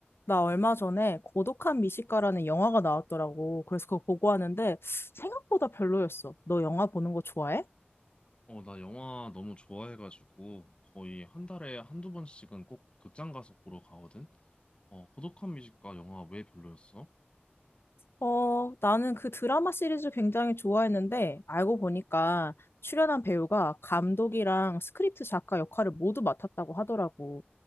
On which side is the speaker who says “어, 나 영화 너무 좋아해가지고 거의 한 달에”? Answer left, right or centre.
Left